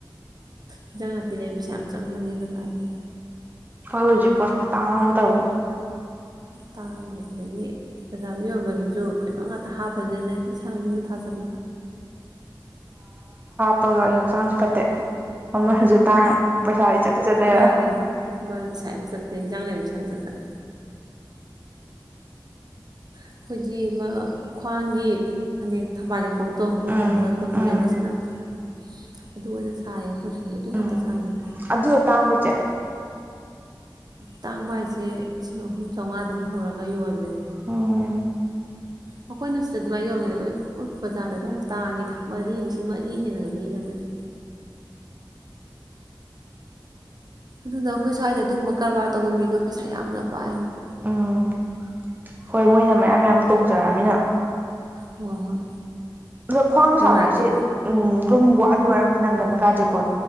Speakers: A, on the right; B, on the right.
A: ꯏꯟꯖꯥꯡ ꯅꯥꯄꯤ ꯂꯩ ꯄꯩꯁꯥ ꯌꯥꯝ ꯆꯪꯕꯅꯤ ꯗꯀꯥꯒꯤ
B: ꯍ ꯍꯧꯖꯤ ꯄꯄꯠꯇ ꯑꯗꯕꯨ
A: ꯇꯥꯔꯦ ꯑꯗꯒꯤ ꯕꯖꯥꯔꯗ ꯌꯣꯟꯕꯗꯨꯁꯨ ꯀꯩꯅꯣ ꯉꯥꯛꯇ ꯍꯥꯞꯄꯅꯅꯦ ꯏꯁꯥꯒꯤ ꯃꯊꯥꯖꯝ
B: ꯍꯥꯄꯒ ꯍꯛꯆꯥꯡꯁꯨ ꯐꯠꯇꯦ ꯃꯃꯜꯁꯨ ꯇꯥꯡ ꯄꯩꯁꯥꯗꯤ ꯆꯠꯇ ꯆꯠ ꯂꯩꯔ
A: ꯃꯥꯅꯦ ꯃꯥꯅꯦ ꯄꯩꯁꯥ ꯌꯥꯝ ꯆꯠꯂ‌ꯦ ꯏꯟꯁꯥꯡ ꯌꯥꯝ ꯆꯠꯄꯅꯤ ꯑꯩꯈꯣꯏꯒꯤ ꯑꯃ ꯈ꯭ꯋꯥꯡꯒꯤ ꯐꯅꯦꯛ ꯊꯝꯕꯥꯜ ꯂꯩꯈꯣꯛ ꯇꯣ ꯂꯨꯍꯣꯡꯕ
B: ꯎꯝ
A: ꯀꯨꯟꯗ‌ꯣ
B: ꯎꯝ
A: ꯂ‌‌ꯦꯡꯕꯗ ꯁ‌ꯦꯠꯅꯕꯗꯣ ꯑꯗꯨꯒ ꯑꯣꯏꯅ ꯁꯥꯏꯌ‌ꯦ ꯑꯩꯈꯣꯏ ꯁꯨꯝꯗ ꯑꯗꯨ ꯉꯥꯛꯇ
B: ꯎꯝ
A: ꯁꯥꯟꯅꯩ
B: ꯑꯗꯨꯗꯣ ꯇꯥꯡꯕ꯭ꯔ ꯆꯦ
A: ꯇꯥꯡꯕ ꯍꯥꯏꯁꯦ ꯂꯤꯁꯤꯡ ꯑꯍꯨꯝ ꯆꯧꯉꯥꯗꯒꯤ ꯍꯧꯔꯒ ꯌꯣꯜꯂꯦ
B: ꯑꯣ
A: ꯑꯩꯈꯣꯏꯅ ꯁꯤꯗ ꯑꯗꯨꯃꯥꯏ ꯌꯣꯟꯕꯅꯤ ꯃ‌ꯣꯏ ꯕꯖꯥꯔꯗꯗꯤ ꯌꯥꯝ ꯇꯥꯡꯉꯤꯗ ꯃꯔꯤ ꯂꯤꯁꯤꯡ ꯃꯔꯤ ꯍꯦꯟꯅꯒ ꯄꯤꯗ ꯃꯣꯏꯗꯤ ꯑꯗꯨꯅ ꯑꯩꯈꯣꯏ ꯁ꯭ꯋꯥꯏꯗ ꯑꯗꯨꯒꯨꯝꯕ ꯀꯔꯕꯥꯔ ꯇꯧꯕ ꯃꯤꯗꯣ ꯄꯩꯁꯥ ꯌꯥꯝꯅ ꯄꯥꯏꯌꯦꯕ
B: ꯎꯝ ꯍꯣꯏ ꯃꯣꯏꯅ ꯃꯌꯥꯝ ꯃꯌꯥꯝ ꯇꯣꯡꯖꯔꯝꯅꯤꯅ
A: ꯍꯣꯏ ꯍꯣꯏ
B: ꯑꯗꯨ ꯈ꯭ꯋꯥꯥꯡ
A: ꯅꯣꯏ
B: ꯁꯥꯕ
A: ꯃꯥꯒꯤ
B: ꯍꯥꯏꯁꯦ ꯎꯝ ꯑꯗꯨꯝ ꯋꯥꯗꯤ ꯋꯥꯔꯥꯝꯅꯤ ꯅꯪꯒꯟꯒꯥꯁꯦ